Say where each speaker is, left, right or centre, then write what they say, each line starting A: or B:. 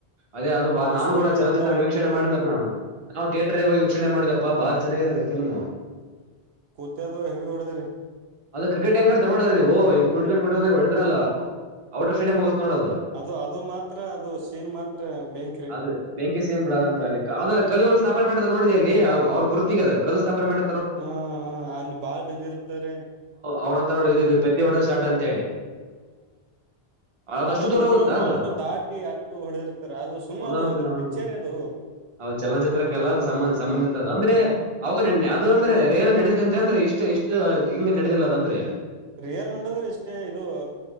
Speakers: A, on the right; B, on the right.
A: ಅದೇ ಅದು
B: ಕುಸ್ತಿ
A: ನಾನು ಕೂಡ ಚಲನಚಿತ್ರನ
B: ಒಂದ್ ಆಡ್ತಾರಿ
A: ವೀಕ್ಷಣೆ ಮಾಡಿದ್ನಪ್ಪ ನಾನು. ನಾವು ಥಿಯೇಟರ್ ಹೋಗಿ ವೀಕ್ಷಣೆ ಮಾಡಿದ್ನಪ್ಪ ಬಾಳ್ ಚೆನ್ನಾಗಾಗಿದೆ ಫಿಲ್ಮ್.
B: ಕುತ್ತೆ ದು ಹೆವಿ ಹೊಡೆದಿರಿ.
A: ಅದ ಕ್ರಿಕೆಟ್ ಹೆಂಗ್ ಆಡ್ತಾರ ನೋಡಿರಾ ನೀವು, ಹಿಂಗ ಕುಂಟಗೋತ ಕುಂಟಗೋತ ಹೊಡ್ತರಲ್ಲ. ಔಟ್ ಆಫ್ ಸ್ಟೇಡಿಯಂ ಹೋಗ್ತಾದ ನೋಡ್ ಅದು.
B: ಅದು ಅದು ಮಾತ್ರ ಅದು ಸೀನ್ ಮಾತ್ರ ಬೆಂಕ್ರಿ.
A: ಅದ ಬೆಂಕಿ ಸೀನ್ ಬಿಡು ಅದು ನಂತರ ಅದ್ರ ಕಲ್ಲು ಒ ಸ್ಥಾಪನೆ ಮಾಡತರ ನೋಡಿ ಅಲ್ಲಿ ಅವರು ಗುರುತಿಗೆ ಕಲ್ಲು ಸ್ಥಪನೆ ಮಾಡ
B: ಹ್ಮ ಅಲ್ಲಿ ಬಾಲ್ ಬಿದ್ದಿರುತ್ತೆರಿ.
A: ಅವ್ರಂತಾರ ನೋಡಿ ಇಲ್ಲಿ ಪೆದ್ದಿ ಹೊಡೆದ ಶಾಟ್ ಅಂತ ಹೇಳಿ ಅದಷ್ಟು
B: ಅಂದ್ರೆ
A: ದೂರ
B: ಮೂರು
A: ಹೋಗುತ್ತಾ
B: ಗ್ರೌಂಡ್
A: ಅದು
B: ದಾಟಿ ಅಟ್ಟು ಹೊಡೆದಿರ್ತಾರ ಅದು ಸುಮ್ಮದು
A: ಹೌದಂತ
B: ಇದು
A: ನಾನು
B: ಪಿಕ್ಚರ್ರಿ ಅದು.
A: ಅವ್ ಚಲನಚಿತ್ರಕ್ಕೆ ಎಲ್ಲ ಸಂಬಂಧಿತ ಅದು ಸಂಬಂಧಿತ.
B: ಹ್ಮ
A: ಅಂದ್ರೆ ಅವ ಅದು ಅಂದ್ರೆ ರೈಲ್ ನಡೆದಿರ್ತತೆ ಅಂತೆ ಅಂದ್ರೆ ಇಷ್ಟು ಇಷ್ಟು ಹಿಂಗ ನಡೆದಿಲ್ಲ ಅದ ಅಂದ್ರೆ.
B: ರಿಯಲ್ ನಡದ್ರೆ ಇಷ್ಟೇ ಇದು